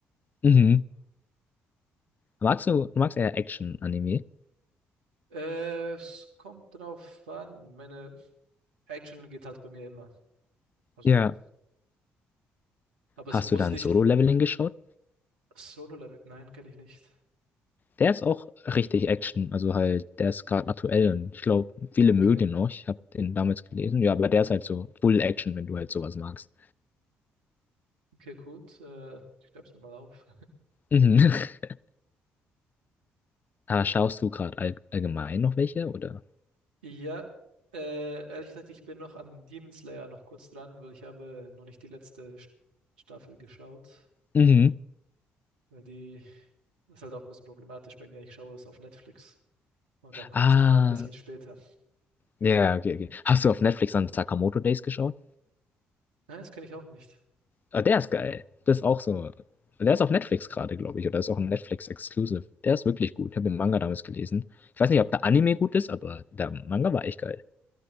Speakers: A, on the left; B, on the right.
A: Mhm. Magst du, du magst eher Action-Anime?
B: Äh, es kommt drauf an. Meine Action geht halt bei mir immer. Also,
A: Ja.
B: aber es
A: Hast
B: muss
A: du dann
B: nicht
A: Solo-Leveling geschaut?
B: Solo-Level. Nein, kenne ich nicht.
A: Der ist auch richtig Action. Also halt, der ist gerade aktuell und ich glaube, viele
B: Okay,
A: mögen den auch. Ich habe den damals gelesen. Ja, aber der ist halt so Full Action, wenn du halt sowas magst.
B: okay, gut. Äh, ich schreib's mir mal auf.
A: Mhm. <laughs> Ah, schaust du gerade all allgemein noch welche, oder?
B: Ja, äh, ehrlich gesagt, ich bin noch an Demon Slayer noch kurz dran, weil ich habe noch nicht die letzte St- Staffel geschaut,
A: Mhm.
B: weil die das ist halt auch ein bisschen problematisch bei mir. Ich schaue es auf Netflix und da kommt
A: Ah,
B: es immer ein bisschen später.
A: ja, okay, okay. Hast du auf Netflix an Sakamoto Days geschaut?
B: Nein, das kenne ich auch nicht.
A: Ah, der ist geil. Das ist auch so. Der ist auf Netflix gerade, glaube ich, oder ist auch ein Netflix-Exclusive. Der ist wirklich gut. Ich habe den Manga damals gelesen. Ich weiß nicht, ob der Anime gut ist, aber der Manga war echt geil.